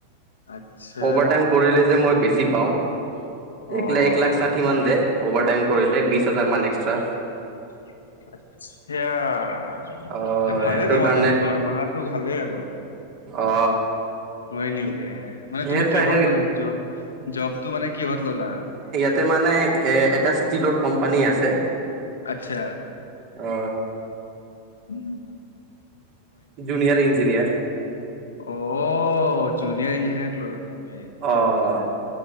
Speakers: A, on the left; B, on the right.
A: আচ্ছা
B: অভাৰটাইম কৰিলে যে মই বেছি পাওঁ।
A: অ'
B: একলে এক লাখ ষাঠি মান দে অভাৰটাইম কৰিলে বিশ হাজাৰ মান এক্সট্ৰা।
A: এতিয়া। এ
B: অ
A: ভালে
B: সেইটোৰ
A: তোমাৰ
B: কাৰণে
A: দেখোন দৰমাহাতো ভালেই আৰু।
B: অ।
A: হয় নেকি মানে
B: সেই
A: তুমি কিহত মানে জব জবতটো মানে কিহত ললা।
B: তাতে মানে এ এটা ষ্টীলৰ কোম্পানী আছে।
A: আচ্ছা।
B: অ।
A: উম।
B: Junior engineer.
A: অ জুনিয়াৰ ইঞ্জিনিয়াৰ লৈক মানে।
B: অ।